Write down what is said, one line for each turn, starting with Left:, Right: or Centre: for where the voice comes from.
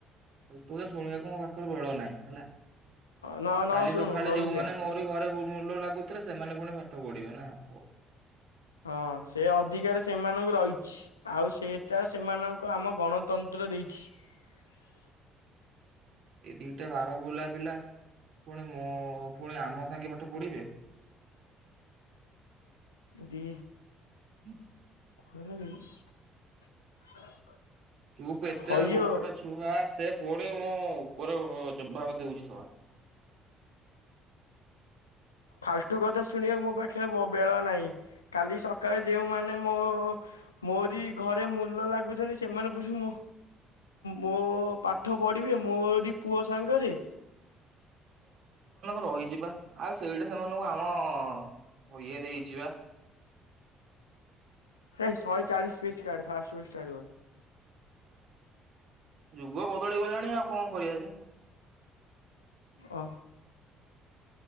Right: ତୁ ଏ ଶୁଣିବାକୁ ମୋ ପାଖରେ ବେଳ ନାହିଁ ହେଲା।
Left: ନ ନ
Right: କାଲି
Left: ଶୁଣୁ
Right: ସକାଳେ
Left: ଘରକୁ
Right: ଯୋଉମାନେ
Left: ଯା
Right: ମୋରି ଘରେ ମୁ ମୂଲ ଲାଗୁଥିଲା ସେମାନେ ଫୁଣି ପାଠ ପଢିବେ ନା ହଉ।
Left: ହଁ ସେ ଅଧିକାର ସେମାନଙ୍କୁ ରହିଚି ଆଉ ସେଟା ସେମାନଙ୍କ ଆମ ଗଣତନ୍ତ୍ର ଦେଇଛି।
Right: ଏଇ ଦିଟା ବାର ବୁଲା ପିଲା ଫୁଣି ମୋ ଫୁଣି ଆମ ସାଙ୍ଗେ ପାଠ ପଢ଼ିବେ।
Left: ଦି
Right: <inaudible>
Left: <unintelligible>
Right: ଚୁପ ଏତେ
Left: ହଇଓ
Right: ବକେଟେ ଛୁଆ ସେ ପୁଣି ମୋ ଉପରେ ଜବାବ ଦଉଚି <inaudible>
Left: ଫାଲଟୁ କଥା ଶୁଣିବାକୁ ମୋ ପାଖରେ ବେଳ ନାହିଁ କାଲି ସକାଳେ ଯେଉଁମାନେ ମୋ ଓ ମୋରି ଘରେ ମୂଲ ଲାଗୁଛନ୍ତି ସେମାନେ ପୁଣି ମୋ ମୋ ପାଠ ପଢିବେ ମୋରି ପୁଅ ସାଙ୍ଗରେ
Right: ରହିଚିବା ଆଉ ସେଇଟା ସେମାନଙ୍କୁ ଆମ ଇଏ ଦେଇଚିବା।
Left: ହେ ଶହେ ଚାଳିଶ ପିସ୍ କାଢେ ଫାଷ୍ଟ ପୃଷ୍ଠାରୁ।
Right: ଯୁଗ ବଦଳି ଗଲାଣି ଆଉ କଣ କରିବା ଯେ?
Left: ଓହ